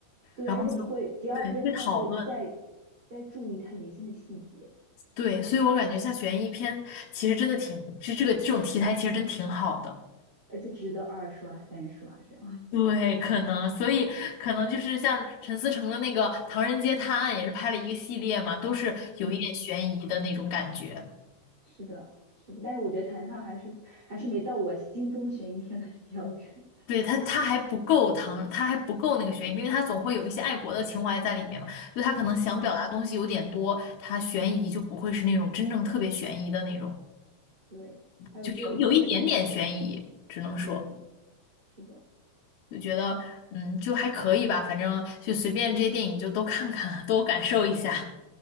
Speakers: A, on the right; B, on the left.
A: 对，
B: 然后就
A: 而且你会第二遍看会再再注意他原先的细节，
B: 对会讨论，对，所以我感觉像悬疑片其实真的挺，这这个这种题材其实真挺好的。
A: 而且值得二刷、三刷这样。
B: 对，可能，所以可能就是像陈思诚的那个《唐人街探案》，也是拍了一个系列嘛，都是有一点悬疑的那种感觉。
A: <laughs> 嗯，是的，是的，但是我觉得《弹烫》还是还是没到我心中悬疑片的 <laughs> 标准。
B: 对，他，他还不够唐，他还不够那个悬疑，因为他总会有一些爱国的情怀在里面嘛。就他可能想表达东西有点多，
A: 嗯，
B: 他悬疑就不会是那种真正特别悬疑的那种，
A: 对，还有这种这种，
B: 就有有一点点悬疑，只能说
A: 嗯，是的，
B: 就觉得嗯，就还可以吧，反正就随便这些电影就都看看，都感受一下。